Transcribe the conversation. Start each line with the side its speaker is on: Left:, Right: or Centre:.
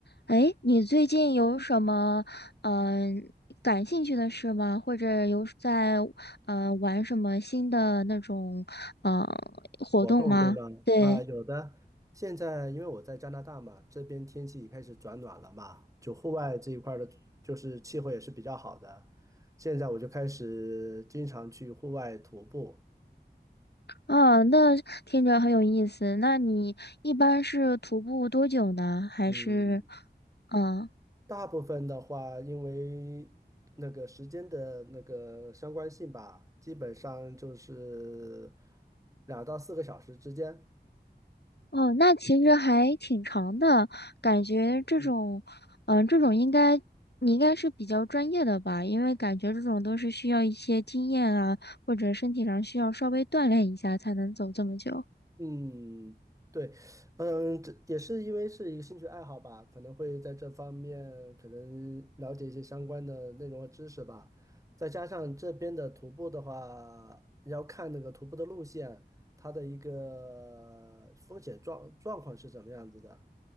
Left: 哎，你最近有什么嗯、感兴趣的事吗？或者有在呃玩什么新的那种呃活动吗？
Right: 活动，对吗？
Left: 对，
Right: 啊，有的。现在因为我在加拿大嘛，这边天气开始转暖了嘛，就户外这一块儿的，就是气候也是比较好的。现在我就开始经常去户外徒步。
Left: 哦，那听着很有意思。那你一般是徒步多久呢？还是
Right: 嗯，
Left: 嗯？
Right: 大部分的话，因为那个时间的那个相关性吧，基本上就是两到四个小时之间。
Left: 哦，那其实还挺长的，感觉这种，
Right: 嗯
Left: 嗯、这种应该你应该是比较专业的吧，因为感觉这种都是需要一些经验啊，或者身体上需要稍微锻炼一下才能走这么久。
Right: 嗯，对，嗯，这也是因为是一个兴趣爱好吧，可能会在这方面可能了解一些相关的内容和知识吧。再加上这边的徒步的话，要看那个徒步的路线，它的一个风险状状况是怎么样子的。